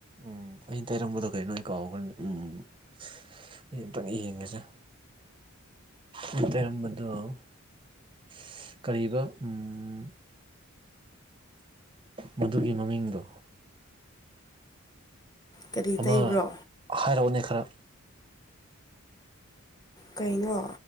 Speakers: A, on the right (about 25°); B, on the left (about 20°).
A: ꯎꯝ ꯑꯩꯅ ꯇꯩꯔꯝꯕꯗꯣ ꯀꯩꯅꯣ ꯑꯩ ꯀꯥꯎꯈ꯭ꯔꯦ ꯎꯝ ꯑꯩ ꯑꯝꯇꯪꯒꯥ ꯌꯦꯡꯒꯦꯁꯦ ꯑꯩ ꯇꯩꯔꯝꯕꯗꯣ <inaudible> ꯀꯔꯤꯕ ꯎꯝ ꯃꯗꯨꯒꯤ ꯃꯃꯤꯡꯗꯣ
B: ꯀꯔꯤ
A: ꯑꯃ
B: ꯇꯩꯕ꯭ꯔꯣ
A: ꯍꯥꯏꯔꯛꯎꯅꯦ ꯈꯔ
B: ꯀꯩꯅꯣ